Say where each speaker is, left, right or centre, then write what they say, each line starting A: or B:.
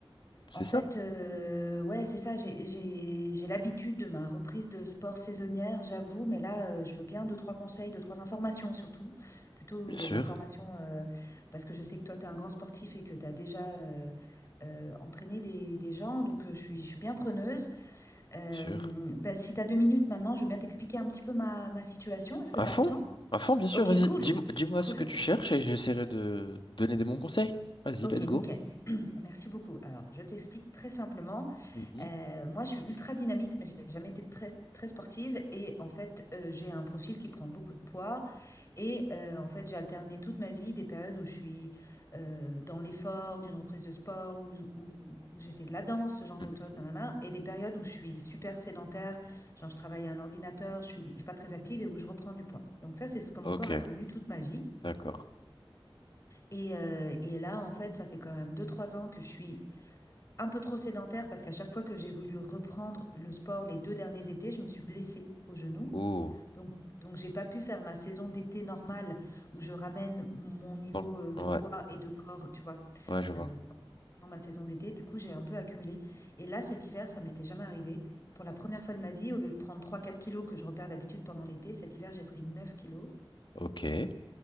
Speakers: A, on the left; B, on the left.
A: C'est
B: en fait,
A: ça?
B: euh, ouais, c'est ça. J'ai, j'ai, j'ai l'habitude de ma reprise de sport saisonnière, j'avoue, mais là, euh, je veux bien deux, trois conseils, deux, trois informations surtout. Plutôt
A: Bien
B: des
A: sûr,
B: informations euh, parce que je sais que toi, tu es un grand sportif et que tu as déjà euh, euh, entraîné des, des gens. Donc, euh, je suis, je suis bien preneuse. Euh,
A: bien sûr.
B: bah, si tu as deux minutes maintenant, je veux bien t'expliquer un petit peu ma, ma situation. Est-ce que
A: À
B: tu
A: fond?
B: as le temps?
A: À fond, bien sûr.
B: Ok,
A: Vas-y,
B: cool.
A: dis-moi dis-moi
B: Cool.
A: ce que tu cherches et j'essaierai de donner des bons conseils. Vas-y,
B: Ok,
A: let's
B: nickel.
A: go.
B: <clears throat> Merci beaucoup. Alors, je t'explique très simplement.
A: Mhm,
B: Euh, moi, je suis ultra dynamique, mais j'ai jamais été très, très sportive. Et en fait, euh, j'ai un profil qui prend beaucoup de poids. Et euh, en fait, j'ai alterné toute ma vie des périodes où je suis euh, dans l'effort d'une reprise de sport, où, je- où- où j'ai fait de la danse, ce genre de
A: mhm.
B: truc, nanana, et des périodes où je suis super sédentaire, genre je travaille à un ordinateur, je suis, je suis pas très active et où je reprends du poids. Donc ça, c'est ce que mon
A: Ok,
B: corps a connu toute ma vie.
A: d'accord.
B: Et, euh, et là, en fait, ça fait quand même deux trois ans que je suis un peu trop sédentaire parce qu'à chaque fois que j'ai voulu reprendre le sport les deux derniers étés, je me suis blessée au genou.
A: Oh,
B: Donc, donc j'ai pas pu faire ma saison d'été normale où je ramène mon niveau
A: donc,
B: euh, de
A: ouais,
B: poids et de corps, tu vois,
A: ouais, je vois.
B: euh, pendant pendant ma saison d'été. Du coup, j'ai un peu accumulé. Et là, cet hiver, ça m'était jamais arrivé. Pour la première fois de ma vie, au lieu de prendre trois, quatre kilos que je repère d'habitude pendant l'été, cet hiver, j'ai pris 9 kilos.
A: Ok,